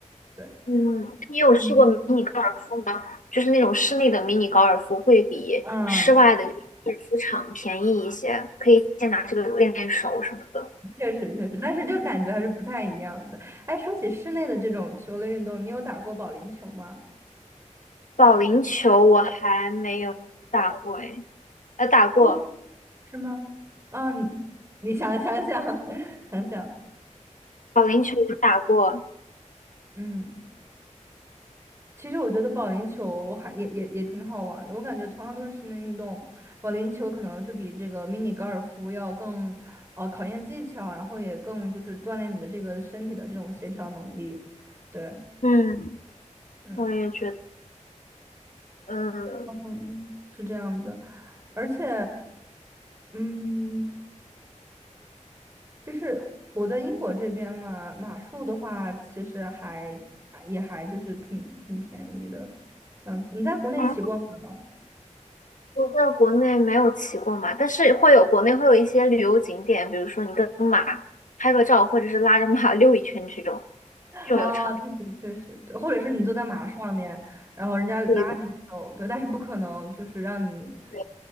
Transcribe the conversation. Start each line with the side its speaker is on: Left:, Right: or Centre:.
Right: 对，
Left: 嗯，你有试过迷你高尔夫吗？
Right: 嗯，
Left: 就是那种室内的迷你高尔夫会比室外的高尔夫场便宜一些，
Right: 嗯，
Left: 可以先拿这个练练手什么的。
Right: 确实确实，但是就感觉还是不太一样的。哎，说起室内的这种球类运动，你有打过保龄球吗？
Left: 保龄球我还没有打过诶，呃，打过
Right: 哦是吗？嗯，你想想想 <laughs> 想想，
Left: 保龄球我打过，
Right: 嗯。其实我觉得保龄球还也也也挺好玩的，我感觉同样都是室内运动，保龄球可能就比这个迷你高尔夫要更，呃，考验技巧，然后也更就是锻炼你的这个身体的这种协调能力，对，
Left: 嗯，
Right: 嗯
Left: 我也觉得，嗯，
Right: 嗯，是这样的，而且嗯，就是我在英国这边嘛，马术的话其实还啊也还就是挺挺便宜的，这样子你在国内骑过马吗？
Left: 哦，我在国内没有骑过马，但是会有国内会有一些旅游景点，比如说你跟马拍个照，或者是拉着马 <laughs> 溜一圈这种，这种有常
Right: 啊，确实确实，对，或者是你坐在马上面，然后人家拉着你走，
Left: 对对
Right: 对，但是不可能就是让你，
Left: 对，